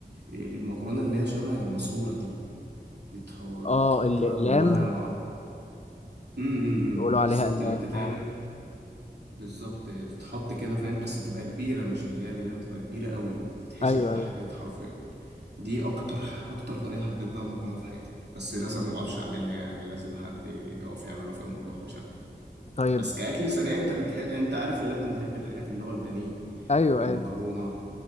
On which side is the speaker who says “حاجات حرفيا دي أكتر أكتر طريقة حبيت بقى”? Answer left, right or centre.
Right